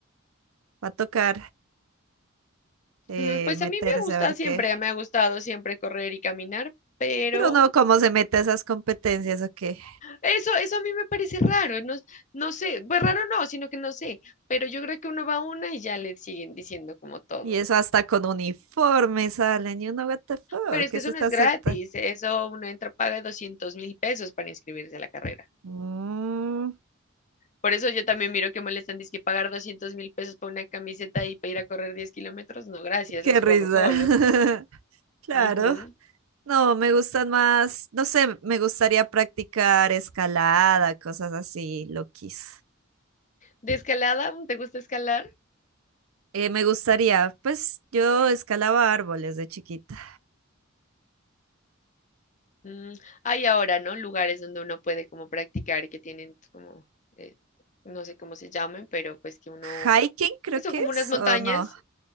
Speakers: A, on the right; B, on the left.
A: Va a tocar eh,
B: Mm, Pues
A: meterse
B: a mí me gusta
A: a ver
B: siempre,
A: qué.
B: me ha gustado siempre correr y caminar, pero
A: Pero uno cómo se mete a esas competencias o qué.
B: Eso, eso a mí me parece raro, no, no sé, pues raro no, sino que no sé, pero yo creo que uno va a una y ya le siguen diciendo como todo.
A: Y eso hasta con uniforme salen y uno, what the fuck,
B: Pero es
A: ¿qué
B: que
A: es
B: eso
A: esta
B: no es
A: secta?
B: gratis, eso uno entra, paga doscientos mil pesos para inscribirse a la carrera.
A: Mm,
B: Por eso yo también miro que molestan, dice que pagar doscientos mil pesos para una camiseta y para ir a correr 10 kilómetros, no, gracias,
A: qué
B: los
A: risa.
B: corro solos.
A: <laughs> Claro.
B: Ujú.
A: No, me gustan más, no sé, me gustaría practicar escalada, cosas así, loquis.
B: ¿De escalada? ¿Te gusta escalar?
A: Eh, me gustaría, pues yo escalaba árboles de chiquita.
B: Mm, Hay ahora, ¿no? Lugares donde uno puede como practicar y que tienen como, eh, no sé cómo se llamen, pero pues que uno
A: Hiking creo
B: que son
A: que
B: como
A: es,
B: unas montañas.
A: ¿o no?